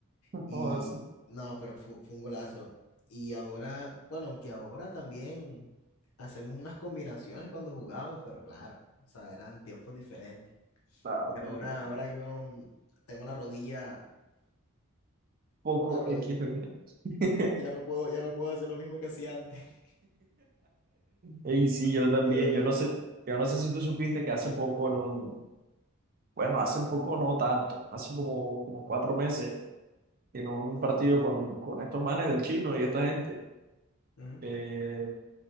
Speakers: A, on the right; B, on the left.
A: <laughs>
B: y
A: Joder, sí,
B: no, pero fu- fue, un golazo. Y ahora, bueno, aunque ahora también hacemos unas combinaciones cuando jugábamos, pero claro, o sea, eran tiempos diferentes.
A: claro,
B: Y
A: tiempo.
B: ahora, ahora yo no- tengo la rodilla...
A: Poco
B: Tengo la, rodilla
A: XD. <laughs>
B: Ya no puedo, ya no puedo hacer lo mismo que hacía antes. <laughs>
A: Y
B: No,
A: sí, yo también,
B: qué dolor.
A: yo no sé, yo no sé si tú supiste que hace poco en un, bueno, hace poco no tanto, hace como, como cuatro meses, en un partido con, con estos manes del chino y esta gente,
B: Ujú.
A: eh,